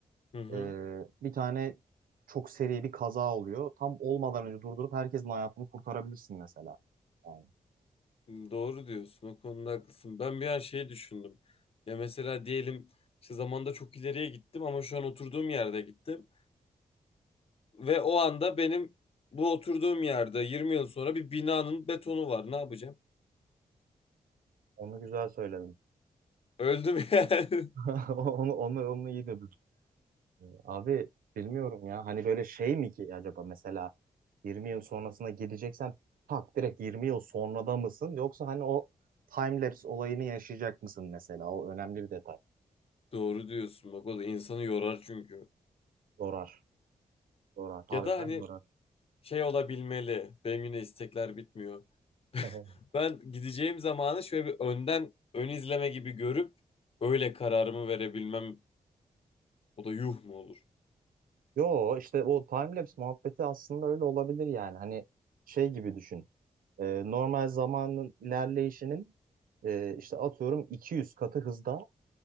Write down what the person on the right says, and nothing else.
Ee, bir tane çok seri bir kaza oluyor. Tam olmadan önce durdurup herkesin hayatını kurtarabilirsin mesela. Yani
Onu güzel söyledin.
<laughs> onu, onu, onu iyi dedin. Ee, Abi bilmiyorum ya. Hani böyle şey mi ki acaba mesela 20 yıl sonrasına gideceksen tak direkt 20 yıl sonrada mısın? Yoksa hani o time-lapse olayını yaşayacak mısın mesela? O önemli bir detay.
Yorar. Yorar.
Harbiden
yorar.
<laughs>
Yo işte o time-lapse muhabbeti aslında öyle olabilir yani. Hani şey gibi düşün. E, normal zamanın ilerleyişinin e, işte atıyorum 200 katı hızda